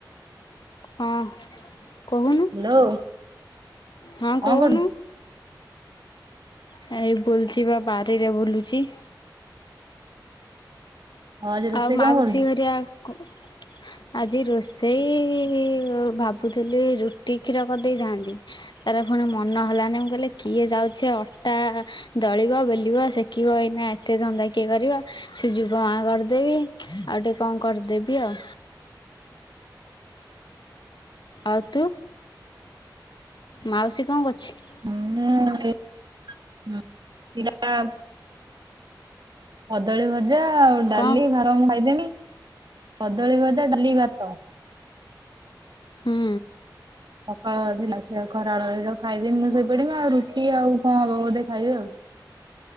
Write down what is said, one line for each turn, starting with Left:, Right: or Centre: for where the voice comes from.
Left: ହଁ କହୁନୁ।
Right: ହ୍ୟାଲୋ।
Left: ହଁ
Right: କଣ
Left: କହୁନୁ।
Right: କରୁଛୁ?
Left: ହେଇ ବୁଲଚି ବା ବାରିରେ ବୁଲୁଚି।
Right: ହଁ ଆଜି ରୋଷେଇ
Left: ଆଉ ମାଉସୀ
Right: କଣ କରୁଛୁ?
Left: ହରିଆ କଉ ଆଜି ରୋଷେଇ-ଇ ଭାବୁଥିଲି ରୁଟି କ୍ଷୀର କରିଦେଇଥାନ୍ତି। ତାରେ ଫୁଣି ମନ ହେଲାନି। ମୁଁ କହିଲେ କିଏ ଯାଉଛି ସେ ଅଟାଆ ଦଳିବ ବେଲିବ ସେକିବ ଏଇନା ଏତେ ଧନ୍ଦା କିଏ କରିବ। ସୁଜିବ ଆଁ କରି ଦେବି ଆଉ ଟିକେ କଣ କରିଦେବି ଆଉ। ଆଉ ତୁ ମାଉସୀ କଣ କରୁଛି?
Right: ମୁଁ ଏଇ ଉଁ ଟିଡା ଆଉ। କଦଳୀ ଭଜା ଆଉ ଡାଲି
Left: କଣ
Right: ଭାର ମୁଁ ଖାଇଦେମି। କଦଳୀ ଭଜା ଡାଲି ଭାତ।
Left: ହୁଁ।
Right: ସକାଳ ଥିଲା ସେଆକୁ ଖରା ବେଳଳର ଖାଇଦେବି। ମୁଁ ଶୋଇ ପଡିମି ଆଉ। ରୁଟି ଆଉ କଣ ହବ ବୋଧେ ଖାଇବି ଆଉ।